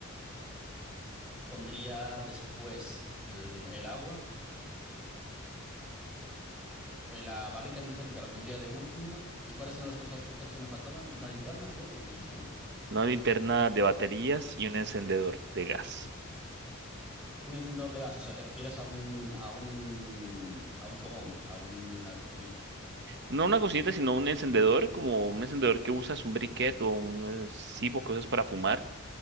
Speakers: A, in the centre; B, on the right (about 55°).
A: Pondría después el, el agua. Eh, La barrita energética la pondría de última. ¿Y cuáles eran los otros dos objetos que me faltaban? Una linterna, creo que me dijiste, ¿no?
B: Una linterna de baterías y un encendedor de gas.
A: Un encendedor de gas, o sea, te refieres a un, a un, a un fogón, a una cocinita.
B: No una cocineta, sino un encendedor, como un encendedor que usas, un briquet o un eh, cipo que usas para fumar.
A: Un,